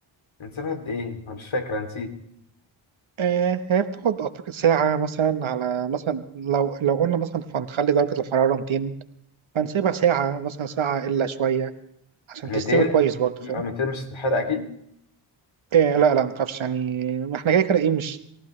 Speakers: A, on the left (about 70°); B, on the right (about 70°).
A: نسيبها قد ايه؟ أنا مش فاكر أنا نسيت
B: آه هي بتقعد أعتقد ساعة مثلا على مثلا لو لو قلنا مثلا هنخلي درجة الحرارة 200 فنسيبها ساعة مثلا ساعة إلا شوية عشان
A: 200
B: تستوي كويس برضه
A: 200
B: فاهم
A: مش هتتحرق أكيد
B: آه لا لا متعرفش يعني ما احنا كده كده إيه مش